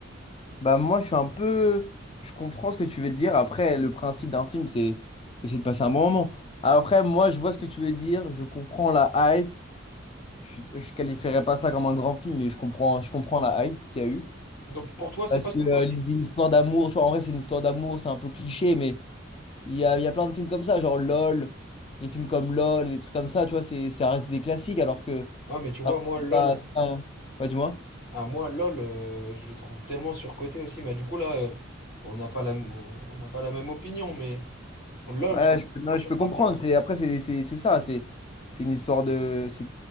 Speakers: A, on the left (about 30°); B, on the left (about 55°).
A: Bah, moi, je suis un peu. Je comprends ce que tu veux dire. Après, le principe d'un film, c'est aussi de passer un bon moment. Après, moi, je vois ce que tu veux dire. Je comprends la hype. Je, je qualifierais pas ça comme un grand film, mais je comprends, je comprends la hype qu'il y a eu.
B: Donc pour toi, c'est
A: Parce
B: pas
A: que
B: surcoté.
A: euh, c'est une histoire d'amour. Tu vois, en vrai, c'est une histoire d'amour. C'est un peu cliché, mais Il y a, il y a plein de films comme ça, genre LOL, les films comme LOL, les trucs comme ça, tu vois, c'est, ça reste des classiques alors que.
B: Ouais, mais tu vois,
A: alors
B: moi,
A: que c'est
B: LOL,
A: pas, c'est pas un- Ouais, dis-moi.
B: à moi, LOL, euh, je le trouve tellement surcoté aussi. Mais du coup, là, euh, on n'a pas la, m- on n'a pas la même opinion, mais LOL,
A: Ouais,
B: je trouve
A: je peux, non,
B: trop surcoté.
A: je peux comprendre. C'est, après, c'est c'est- c'est ça, c'est c'est une histoire de. c'est-